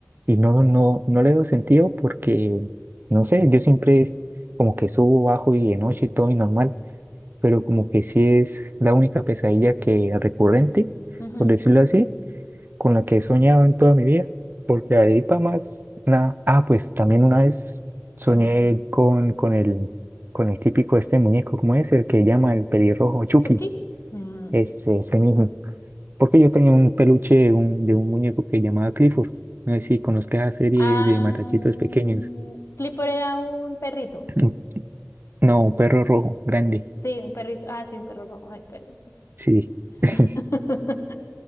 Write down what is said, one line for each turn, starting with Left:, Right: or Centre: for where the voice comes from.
Right: Y no, no, no le doy sentido porque, no sé, yo siempre es como que subo, bajo y de noche y todo y normal, pero como que sí es la única pesadilla que recurrente,
Left: ujú.
Right: por decirlo así con la que he soñado en toda mi vida, porque ahí para más nada. Ah, pues también una vez soñé
Left: ¿Qué más es esto?
Right: con, con el, con el típico este muñeco, ¿cómo es? El que llama el pelirrojo Chucky,
Left: ¿Chucky? Mm.
Right: ese, ese mismo. Porque yo tenía un peluche de un, de un muñeco que llamaba Clifford. No sé si conozcas la serie
Left: Ah,
Right: de matachitos pequeños.
Left: Clifford era un perrito.
Right: Un- No, un perro rojo, grande.
Left: Sí, un perrito. Ah, sí, un perro rojo. Ay, perdón.
Right: Sí. <laughs>
Left: <laughs>